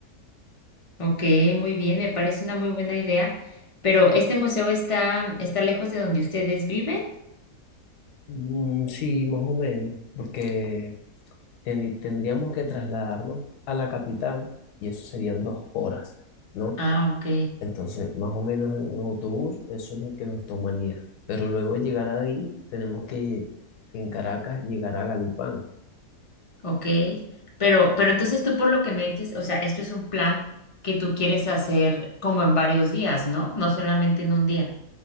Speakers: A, on the left (about 45°); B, on the left (about 75°).
A: Ok, muy bien, me parece una muy buena idea. Pero ¿este museo está, está lejos de donde ustedes viven?
B: Mm, sí, más o menos, porque teni- tendríamos que trasladarnos a la capital y eso serían dos horas, ¿no?
A: Ah, ok,
B: Entonces, más o menos en un autobús, eso es lo que nos tomaría. Pero luego de llegar ahí, tenemos que, en Caracas, llegar a Galipán.
A: ok. Pero, pero entonces tú por lo que me dices, o sea, esto es un plan que tú quieres hacer como en varios días, ¿no? No solamente en un día,